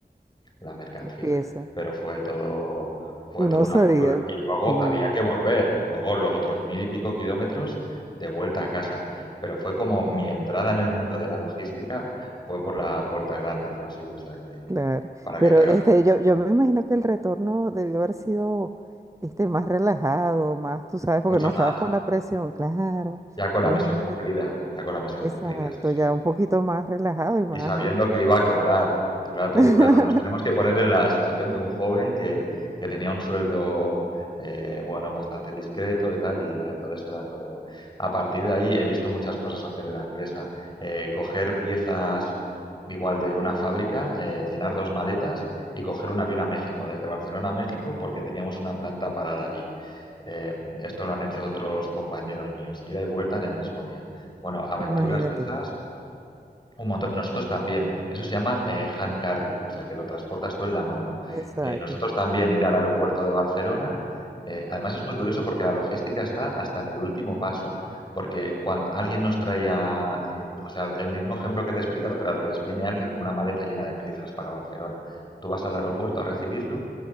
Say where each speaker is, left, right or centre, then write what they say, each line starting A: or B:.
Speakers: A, on the left (about 25°); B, on the right (about 15°).
A: la mercancía.
B: empieza.
A: Pero fue todo, fue
B: Una
A: toda
B: osadía.
A: una aventura. Y luego
B: Sí,
A: había que volver, luego los otros mil y pico kilómetros de vuelta a casa. Pero fue como mi entrada en el mundo de la logística fue por la puerta grande, fue así. O sea que
B: claro.
A: para
B: Pero
A: que te hagas
B: este, yo, yo me imagino que el retorno debió haber sido este, más relajado, más, tú sabes, porque
A: mucho
B: no
A: más,
B: estabas con la presión, claro.
A: ya con la
B: Imagínate.
A: misión cumplida, ya con la misión cumplida,
B: Exacto,
A: sí, sí.
B: ya un poquito más relajado y más.
A: y sabiendo que iba a cobrar. Pero Claro, tú,
B: <laughs>
A: claro, nos tenemos que poner en la situación de un joven que, que tenía un sueldo, eh, bueno, bastante discreto y tal, y era- entonces era todo. A partir de ahí he visto muchas cosas hacer en la empresa. Eh, coger piezas igual de una fábrica, eh, llenar dos maletas y coger un avión a México, desde Barcelona a México, porque teníamos una planta parada allí. Eh, esto lo han hecho otros compañeros míos, ida y vuelta en el mismo día. Bueno, aventuras
B: Imagínate.
A: de esas un montón. Nosotros también. Eso se llama, eh, hand carry, o sea, que lo transportas tú en la mano.
B: Exacto,
A: Eh, nosotros también ir al aeropuerto de Barcelona, eh, además es muy curioso porque la logística está hasta en el último paso, porque cuando alguien nos traía, eh, o sea, el mismo ejemplo que te he explicado, pero al revés, viene alguien con una maleta llena de piezas para Barcelona. Tú vas al aeropuerto a recibirlo